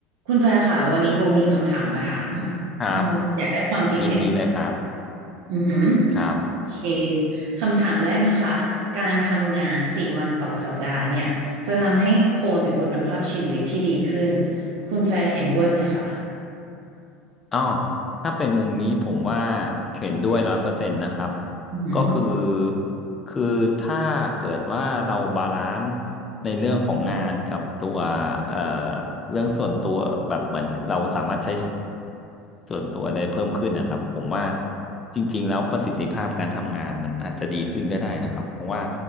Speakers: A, on the right; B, on the left.
A: คุณแฟร์ค่ะวันนี้โบมีคำถามมาถาม
B: ครับ
A: อืมอยากได้ความคิดเห็น
B: ยินดีเลยครับ
A: อือหือ
B: ครับ
A: โอเคคำถามแรกนะคะการทำงานสี่วันต่อสัปดาห์เนี่ยจะทำให้คนมีคุณภาพชีวิตที่ดีขึ้นคุณแฟร์เห็นด้วยไหมคะ
B: อ๋อถ้าเป็นมุมนี้ผมว่าเห็นด้วยร้อยเปอร์เซ็นต์นะครับ
A: อือหือ
B: ก็คือคือถ้าเกิดว่าเราบาลานซ์ในเรื่องของงานกับตัวเอ่อเรื่องส่วนตัวแบบเหมือนเราสามารถใช้ส่วนตัวได้เพิ่มขึ้นนะครับผมว่าจริงๆแล้วประสิทธิภาพการทำงานมันอาจจะดีขึ้นก็ได้นะครับเพราะว่า